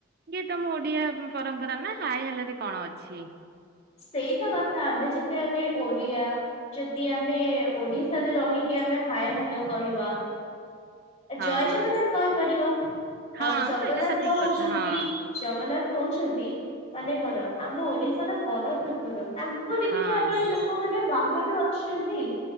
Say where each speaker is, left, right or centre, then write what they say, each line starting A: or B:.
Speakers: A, on the right; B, on the left.
A: ଇଏ ତମ ଓଡିଆ ପରମ୍ପରା ନା ହାଇ ହ୍ୟାଲୋ ରେ କଣ ଅଛି।
B: ସେଇତ କଥା ଆମେ ଯେତେହେଲେ ଓଡ଼ିଆ। ଯଦି ଆମେ ଓଡିଶାରେ ରହିକି ଆମେ ହାଏ ହ୍ୟାଲୋ କହିବା।
A: ହଁ।
B: ଜୟ ଜଗନ୍ନାଥ କହିପାରିବ।
A: ହଁ
B: ଆଉ ଜଗନ୍ନାଥ
A: ସେଇଟା ଠିକ
B: ତ
A: କଥା
B: ହଉଛନ୍ତି
A: ହଁ
B: ଜଗନ୍ନାଥ ହଉଛନ୍ତି। ମାନେ କଣ ଆମ ଓଡ଼ିଶାର ବଡ଼ଠାକୁର। ତାଙ୍କୁ ଦେଖିବା
A: ହଁ
B: ପାଇଁ ଲୋକମାନେ ବାହାରୁ ଆସୁଛନ୍ତି।